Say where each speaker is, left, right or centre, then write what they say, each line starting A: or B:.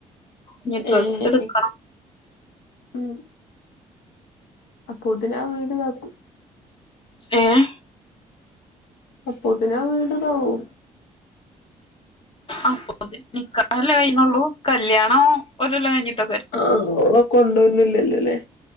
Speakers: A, on the left; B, on the left.
A: ഇഞ് ഡ്രെസ്സ്
B: ഏഹ്
A: എടുക്കണം
B: ഉം അപ്പൊതിന വീട് നക്കും
A: ഏഹ്
B: അപ്പോതിനാ വീട് ദാവും
A: അപ്പ നിക്കഹാല്ലാം കഴിണൊള്ളൂ കല്യാണം ഒരല്ലാം കഴിഞ്ഞിട്ടക്കെ വും
B: ആഹ് ഓളെ കൊണ്ടോന്നില്ലല്ലോ അല്ലേ